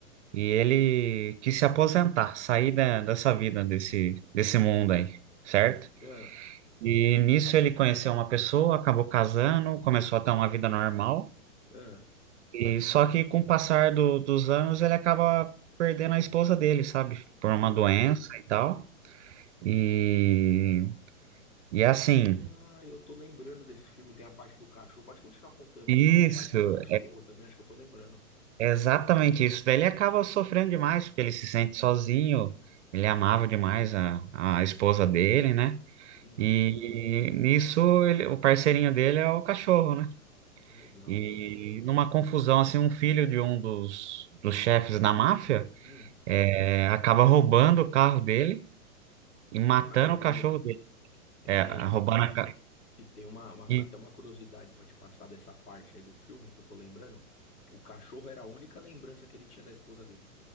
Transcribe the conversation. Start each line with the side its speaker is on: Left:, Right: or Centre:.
Right: e ele quis se aposentar, sair da, dessa vida, desse, desse mundo aí, certo?
Left: é,
Right: E nisso ele conheceu uma pessoa, acabou casando, começou a ter uma vida normal
Left: é.
Right: e só que com o passar do- dos anos ele acaba perdendo a esposa dele, sabe? Por
Left: Hum.
Right: uma doença e tal. E, e é assim.
Left: Ah, eu tô lembrando desse filme, tem a parte do cachorro. Pode continuar contando,
Right: Isso,
Left: mas tem a parte do cachorro também, acho que eu tô lembrando.
Right: é exatamente isso. Daí ele acaba sofrendo demais, porque ele se sente sozinho, ele amava demais a, a esposa dele, né?
Left: Uhum.
Right: E nisso ele, o parceirinho dele é o cachorro, né?
Left: Legal,
Right: E
Left: cara.
Right: numa confusão, assim, um filho de um dos, dos chefes da máfia
Left: Hum,
Right: é, acaba roubando o carro dele e matando
Left: na casa dele,
Right: o cachorro
Left: né?
Right: dele.
Left: É,
Right: É, roubando a... ca-
Left: E tem uma, uma-
Right: E,
Left: até uma curiosidade pra te passar dessa parte aí do filme que eu tô lembrando. O cachorro era a única lembrança que ele tinha da esposa dele.